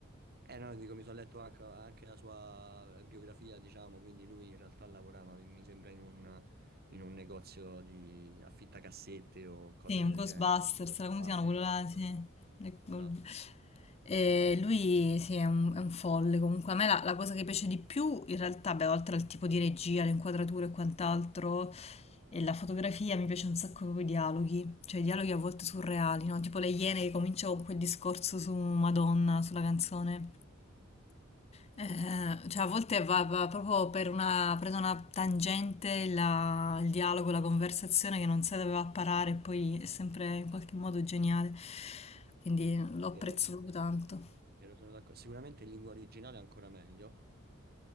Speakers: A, on the right; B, on the left.
A: Eh no, dico, mi sono letto anche, anche la sua biografia, diciamo, quindi lui in realtà lavorava, mi mi sembra, in un, in un negozio di affittacassette o cose
B: Sì,
A: del
B: un Ghostbusters,
A: genere. Bla,
B: come
A: bla,
B: si chiama
A: Esatto,
B: quello là? Sì. Le-
A: esatto.
B: col- E lui sì, è un, è un folle comunque. A me la, la cosa che piace di più, in realtà, beh, oltre al tipo di regia, le inquadrature e quant'altro, e la fotografia, mi piace un sacco proprio i dialoghi, cioè i dialoghi a volte surreali, no? Tipo le Iene che comincia con quel discorso su Madonna, sulla canzone. Eh, cioè a volte va, va proprio per una, prende una tangente la- il dialogo, la conversazione che non si doveva parare e poi è sempre in qualche modo geniale. Quindi lo apprezzo
A: Vero?
B: proprio tanto.
A: Vero, sono d'accordo. Sicuramente in lingua originale è ancora meglio.